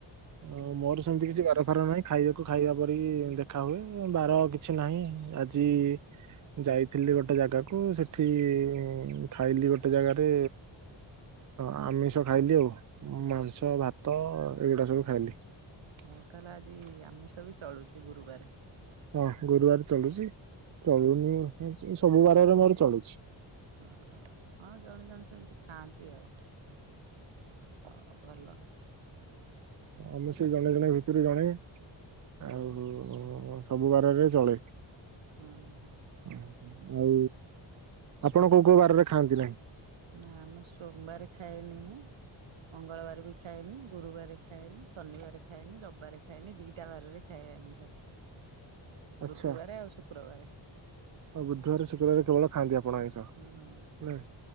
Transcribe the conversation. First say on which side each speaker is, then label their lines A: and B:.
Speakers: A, on the right; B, on the right.
A: ହଁ ମୋର ସେମତି କିଛି ବାର ଫାର ନାହିଁ ଖାଇବାକୁ ଖାଇବା ପରେିକି ଦେଖା ହୁଏ ବାର କିଛି ନାହିଁ ଆ ଆଜି ଯାଇଥିଲି ଗୋଟେ ଜାଗାକୁ ସେଠି ଖାଇଲି ଗୋଟେ ଜାଗା ରେ ଆମିଷ ଖାଇଲି ଆଉ ମାଂସ ଭା ତ ଏଇଗୁଡା ସବୁ ଖାଇଲି।
B: ଓଃ ତାହେଲେ ଆଜି ଆମିଷ ବି ଚଳୁଛି ଗୁରୁବାରେ।
A: ହଁ ଗୁରୁବାର ଚଳୁଛି ଚଳୁନି
B: ହଁ।
A: ସବୁ ବାରରେ ମୋର ଚଳୁଛି।
B: ଓ ହୋଉ ହଁ ଜଣେ ଜଣେ ସେମିତି ଖାଆନ୍ତି ଆଉ। ହଁ ଭଲ।
A: ଆମେ ସେ
B: ଆଉ
A: ଜଣେ ଜଣେ ଭିତରୁ ଜଣେ ଆଉ ସବୁ ବାରରେ ଚଳେ।
B: ହୁଁ ହଁ।
A: ଆଉ ଆପଣ କୋଉ କୋଉ ବାରରେ ଖାଆନ୍ତି ନାହିଁ?
B: ନା ଆମେ ସୋମବାର ଖାଇନେ ମୁଁ ମଙ୍ଗଳବାର ବି ଖାଏନି ଗୁରୁବାରରେ ଖାଏନି ଶନିବାରେ ଖାଏନି ରବିବାର ଖାଏନି ଦିଟା ବାରରେ ଖାଏ ଆମିଷ।
A: ଆଚ୍ଛା
B: ବୁଧବାରେ ଆଉ ଶୁକ୍ରବାରେ।
A: ଆଉ ବୁଧବାରେ ଶୁକ୍ରୁବାରେ କେବଳ ଖାଆନ୍ତି ଆପଣ ଆଇଁସ
B: ହଁ ହଁ
A: ନା